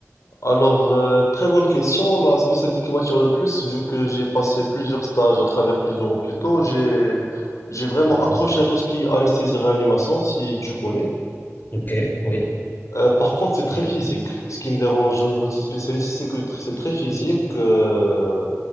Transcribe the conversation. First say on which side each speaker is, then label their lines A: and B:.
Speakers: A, on the left; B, on the left.
A: Alors, euh, très bonne question. La spécialité qui m'attire le plus, vu que j'ai passé plusieurs stages à travers plusieurs hôpitaux, j'ai j'ai vraiment
B: Mhm.
A: accroché à tout ce qui est anesthésie-réanimation, si tu connais.
B: Ok, oui.
A: Euh, par contre, c'est très
B: Ouais.
A: physique. Ce qui me dérange au niveau de ces spécialistes, c'est que tr- c'est très physique. euh,